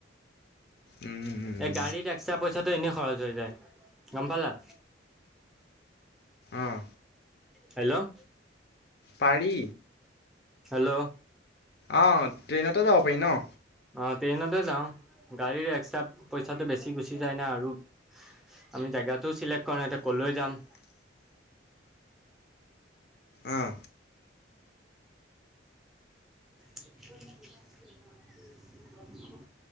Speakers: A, on the left (about 55°); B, in the centre.
A: উম,
B: এ গাড়ীত এক্সট্ৰা পইচাটো এনেই খৰচ হৈ যায়। গম পালা।
A: অঁ
B: হেল্ল'
A: পাৰি।
B: হেল্ল'
A: অ' ট্ৰেইনতে যাব পাৰি ন?
B: অঁ ট্ৰেইনতে যাওঁ। গাড়ীৰ এক্সট্ৰা পইচাটো বেছি গুচি যায় না আৰু আমি জেগাটোও চিলেক্ট কৰা নাই এতিয়া কলৈ যাম।
A: অহ।
B: <unintelligible> <unintelligible>